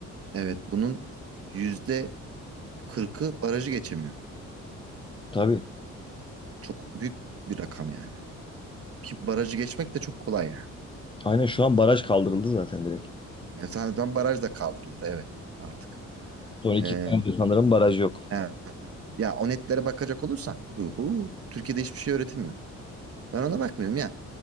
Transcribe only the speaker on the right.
evet bunun yüzde kırkı barajı geçemiyor.
Çok büyük bir rakam yani. Ki barajı geçmek de çok kolay yani.
Yani zaten baraj da kaldırıldı evet artık.
Ee,
yani ya o netlere bakacak olursan, hu hu, Türkiye'de hiçbir şey öğretilmiyor. Ben ona bakmıyorum ya.